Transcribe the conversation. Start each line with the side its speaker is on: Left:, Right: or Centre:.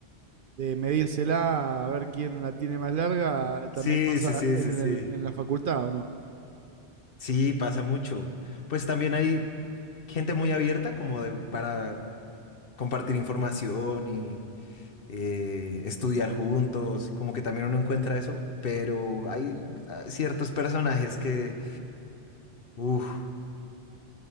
Right: de medírsela a ver quién la tiene más larga, eh, también
Left: Sí,
Right: pasa
Left: sí, sí,
Right: en
Left: sí, sí.
Right: el- en la facultad, ¿o no?
Left: Sí, pasa mucho. Pues también hay gente muy abierta como de, para compartir información y eh, estudiar juntos, como que también uno encuentra eso, pero hay ah, ciertos personajes que, uf,